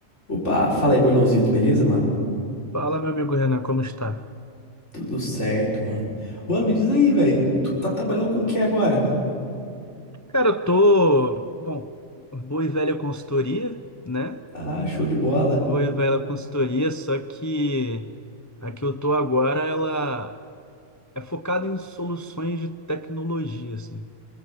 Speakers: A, on the left; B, on the left.
A: Opa, fala aí, Bordãozito, beleza, mano?
B: Fala, meu amigo Renan, como está?
A: Tudo certo, mano. Mano, me diz aí, velho. Tu tá trabalhando com o que agora?
B: Cara, eu tô, bom, boa e velha consultoria, né?
A: Ah, show de bola.
B: Boa e velha consultoria, só que a que eu tô agora, ela é focada em soluções de tecnologia, assim.